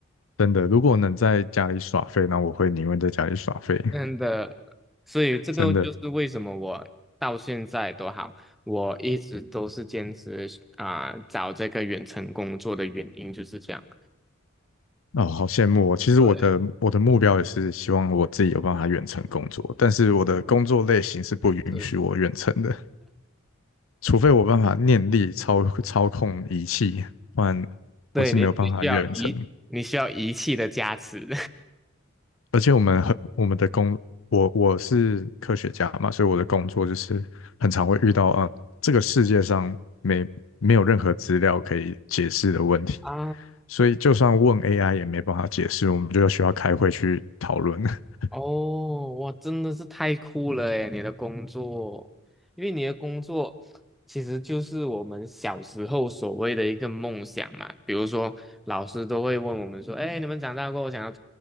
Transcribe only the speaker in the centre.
真的。所以这个就是为什么我到现在都好，
我一直都是坚持啊、找这个远程工作的原因就是这样。
对，
是
对你，你需要仪，你需要仪器的加持
<laughs> 啊。
哦，哇，真的是太酷了诶，你的工作，因为你的工作其实就是我们小时候所谓的一个梦想嘛。比如说，老师都会问我们说：“哎，你们长大过后想要